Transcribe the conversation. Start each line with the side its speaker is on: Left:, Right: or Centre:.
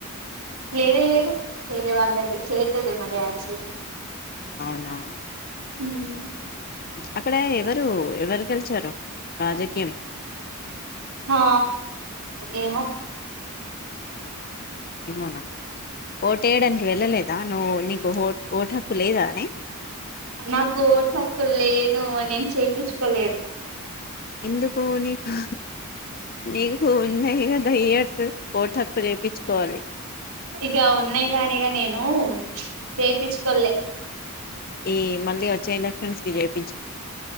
Right: లేదు లేదు వేరే వాళ్ళది చేయతుది మరి ఆది చేతుది
Left: అవునా
Right: హమ్
Left: అక్కడ ఎవరు ఎవరు గెలిచారు రాజకీయం
Right: ఆ ఏమో
Left: ఏమోనా ఓట వేయడానికి వెళ్ళలేదా నువ్వు నీకు ఓ ఓటు హక్కు లేదా నీ
Right: నాకు ఓటు హక్కు లేదు అ నేను చేయించుకోలేదు
Left: ఎందుకు నీకు నీకు ఉన్నా యర్స్ కోట హక్కు రేపించుకోవాలి
Right: ఇక ఉన్నాయి కానిక నేను చేయిించుకలే
Left: ఈ మళ్ళీ వచ్చే ఎలక్షన్స్కిి చేయిించుకో